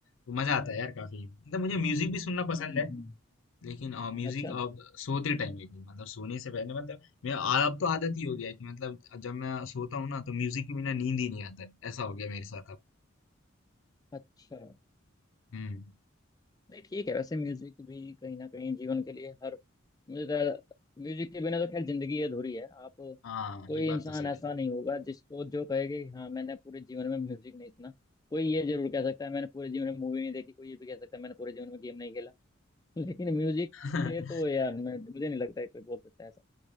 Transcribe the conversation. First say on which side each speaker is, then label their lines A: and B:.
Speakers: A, on the left; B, on the left.
A: तो मजा आता है यार काफी मतलब मुझे म्यूजिक भी सुनना पसंद
B: हम्म,
A: है
B: हम्म,
A: लेकिन अ, म्यूजिक
B: अच्छा
A: अब सोते टाइम लेकिन मतलब सोने से पहले मतलब मैं अब तो आदत ही हो गया है कि मतलब जब मैं सोता हूँ ना तो म्यूजिक के बिना नींद ही नहीं आता है। ऐसा हो गया मेरे साथ अब
B: अच्छा
A: हम्म
B: नहीं ठीक है वैसे म्यूजिक भी कहीं ना कहीं जीवन के लिए हर मुझे तो म्यूजिक के बिना तो खैर जिंदगी अधूरी है आप
A: हाँ
B: कोई
A: ये बात
B: इंसान
A: तो सही
B: ऐसा नहीं होगा जिसको जो कहेगा कि हाँ मैंने पूरे जीवन में म्यूजिक नहीं सुना कोई ये जरूर कह सकता है मैंने पूरे जीवन में मूवी नहीं देखी कोई ये भी कह सकता है मैंने पूरे जीवन में गेम नहीं खेला <laughs> लेकिन म्यूजिक
A: है
B: से
A: <laughs>
B: तो यार मैं मुझे नहीं लगता है कोई बोल सकता है ऐसा